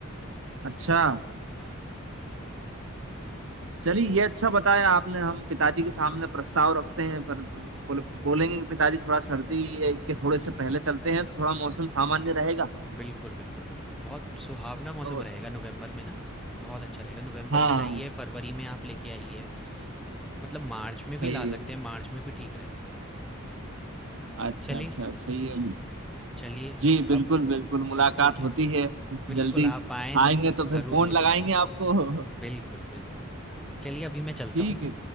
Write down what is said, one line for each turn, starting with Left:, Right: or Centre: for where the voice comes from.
Right: अच्छा
Centre: तो हाँ,
Right: चलिए
Centre: तो
Right: ये अच्छा बताया आपने हम पिताजी के सामने प्रस्ताव रखते हैं पर बोले, बोलेंगे कि पिताजी थोड़ा सर्दी के थोड़े से पहले चलते हैं तो थोड़ा मौसम सामान्य रहेगा
Centre: बिल्कुल, बिल्कुल, बिल्कुल। बहुत सुहावना मौसम
Right: और
Centre: रहेगा नवंबर में ना, बहुत अच्छा रहेगा। नवंबर
Right: हाँ
Centre: में लाइए, फरवरी में आप लेके आइए, मतलब मार्च में
Right: सही
Centre: भी ला
Right: है
Centre: सकते हैं, मार्च में भी ठीक रहता है।
Right: अच्छा
Centre: चलिए,
Right: अच्छा सही है
Centre: चलिए
Right: जी बिल्कुल
Centre: अब
Right: बिल्कुल मुलाकात
Centre: ठीक
Right: होती
Centre: है।
Right: है
Centre: बिल्कुल,
Right: जल्दी
Centre: आप आएँ
Right: आएंगे
Centre: तो
Right: तो
Centre: ज़रूर
Right: फिर फोन
Centre: मिलिए।
Right: लगाएंगे आपको <laughs>
Centre: बिल्कुल, बिल्कुल। चलिए अभी मैं चलता
Right: ठीक
Centre: हूँ,
Right: है